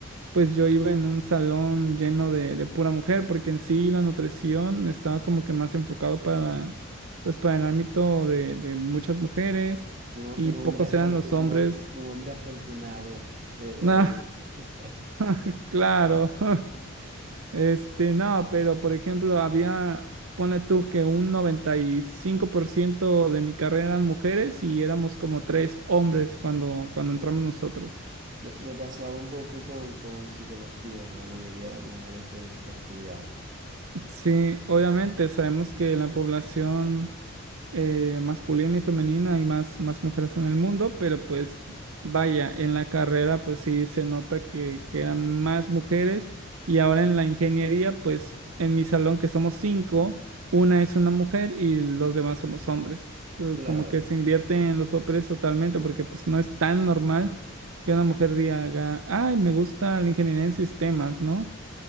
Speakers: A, on the right; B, on the right.
A: pues yo iba en un salón lleno de, de pura mujer porque en sí la nutrición estaba como que más enfocado para, pues para el ámbito de, de muchas mujeres
B: un
A: y pocos
B: hombre afortu-
A: eran los hombres.
B: un, ho- un hombre afortunado eh,
A: <laughs> No.
B: ahí. <laughs>
A: <laughs> Claro. <laughs> Este, no, pero por ejemplo, había, ponle tú que un 95% de mi carrera eran mujeres y éramos como tres hombres cuando, cuando entramos nosotros.
B: Me, me pasaba un poco con, con psicología, la mayoría eran mujeres que, que estudiaban.
A: Sí, obviamente sabemos que la población eh, masculina y femenina y más, más mujeres en el mundo, pero pues vaya, en la carrera pues sí se nota que, que eran más mujeres y ahora en la ingeniería pues en mi salón que somos cinco, una es una mujer y los demás somos hombres. Eh,
B: Claro,
A: Como que se invierte en los papeles totalmente porque pues no es tan normal que una mujer diga, ay, me gusta la ingeniería en sistemas, ¿no?